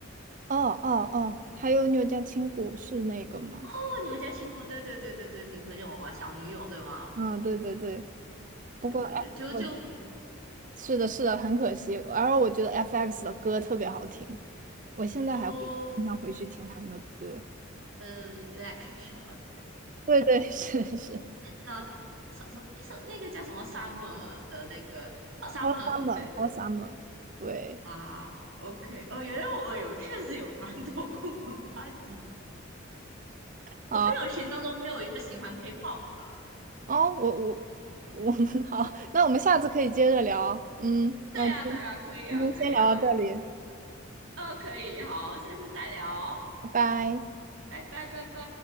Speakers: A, on the right; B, on the right.
A: 哦哦哦，还有你有家青骨是那个吗？
B: 哦，你们家亲姑，对对对对对，女朋友嘛，小女友对吗？
A: 嗯，对对对。
B: 对对对，
A: 不过，哎，
B: 就就很可惜
A: 我是的，是的，很可惜。而我觉得 FX 的歌特别好听，我现在还会经常回去听他们的歌。
B: 哦，呃，Electric Shock，
A: 对对，<laughs> 是是
B: 呃，什什一首那个叫什么 Summer 的那个啊 Summer，
A: ，For Summer，For
B: 对对对，
A: Summer，对
B: 哇，OK，哦，原来我们有确实有蛮多共同话题。
A: 啊，
B: 我朋友群当中没有一个喜欢 K-pop 的。
A: 哦，我我我，<laughs> 好，那我们下次可以接着聊。嗯，那我今天
B: 对啊，对啊，可以啊，
A: 今天先聊到这里，
B: 可以啊，呃，可以，好，下次再聊，
A: 拜拜。
B: 拜拜，拜拜。